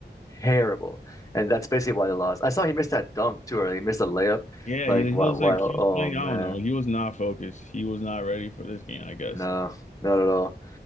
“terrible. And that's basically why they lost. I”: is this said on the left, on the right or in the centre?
Left